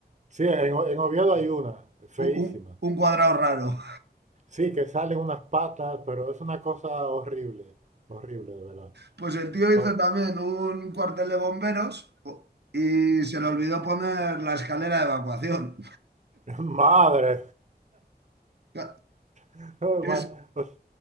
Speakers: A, on the right; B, on the right.
A: sí, en, O- en Oviedo hay una, feísima.
B: Un, un- un cuadrado raro.
A: Sí, que salen unas patas, pero es una cosa horrible, horrible, de verdad.
B: Pues el tío
A: To-
B: hizo también un cuartel de bomberos y se le olvidó poner la escalera de evacuación.
A: <laughs> Madre,
B: <laughs>
A: Ay,
B: Que
A: ma-
B: es-
A: o s-